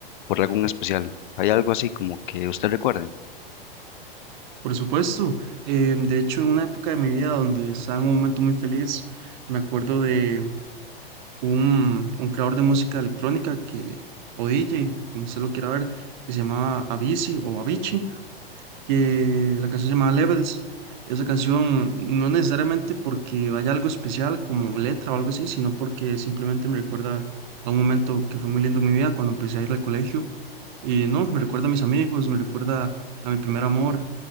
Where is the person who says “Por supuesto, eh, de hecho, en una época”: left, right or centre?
Right